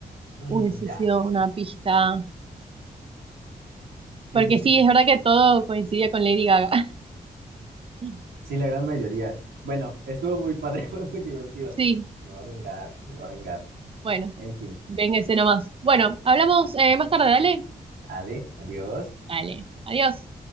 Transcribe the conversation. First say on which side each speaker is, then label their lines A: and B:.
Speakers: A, on the right; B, on the right.
A: mm,
B: hubiese
A: ya.
B: sido una pista.
A: Sí,
B: Porque
A: sí, sí.
B: sí, es verdad que todo coincidía con Lady Gaga. <laughs>
A: Sí, la gran mayoría. Bueno, estuvo muy padre, <laughs> fue muy divertido.
B: Sí,
A: Me va a vengar, me va a vengar.
B: bueno,
A: En fin,
B: véngase nomás. Bueno, hablamos eh, más tarde, dale.
A: Ale, adiós.
B: Dale, adiós.